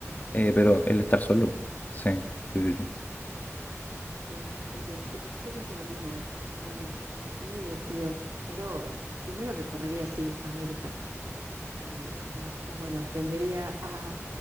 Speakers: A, on the left; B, on the right.
A: Eh, pero el
B: Es verdad.
A: estar solo, pu. sí. sí, sí, sí.
B: Sí, sí, sí, yo, yo pienso lo mismo, pero bueno, eh, sería divertido. Pero primero recorrería sí América eh, y después, bueno, aprendería a,